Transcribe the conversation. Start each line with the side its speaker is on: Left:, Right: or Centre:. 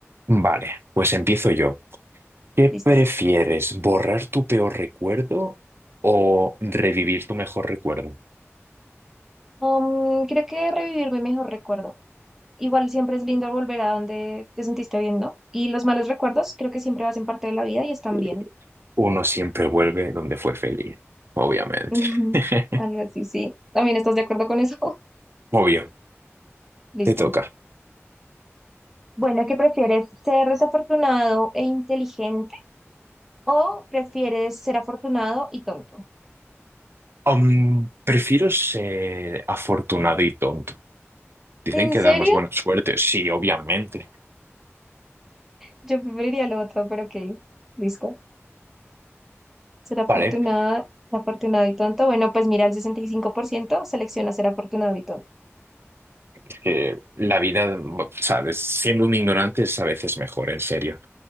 Right: Vale, pues empiezo yo. ¿Qué
Centre: listo.
Right: prefieres, borrar tu peor recuerdo o revivir tu mejor recuerdo?
Centre: Um, creo que revivir mi mejor recuerdo. Igual siempre es lindo volver a donde te sentiste bien, ¿no? Y los malos recuerdos creo que siempre hacen parte de la vida y están
Right: Eh,
Centre: bien.
Right: Uno siempre vuelve donde fue feliz, obviamente.
Centre: <laughs>
Right: <laughs>
Centre: Algo así, sí. ¿También estás de acuerdo con eso?
Right: Obvio,
Centre: <laughs> Listo.
Right: te toca.
Centre: Bueno, ¿qué prefieres? ¿Ser desafortunado e inteligente o prefieres ser afortunado y tonto?
Right: Um, prefiero ser afortunado y tonto. Dicen
Centre: ¿En
Right: que
Centre: serio?
Right: da más buena suerte, sí, obviamente.
Centre: Yo preferiría lo otro, pero ok, listo. Ser afortunada,
Right: Vale,
Centre: afortunado y tonto. Bueno, pues mira, el 65% selecciona ser afortunado y tonto.
Right: es que la vida, sabes, siendo un ignorante es a veces mejor, en serio.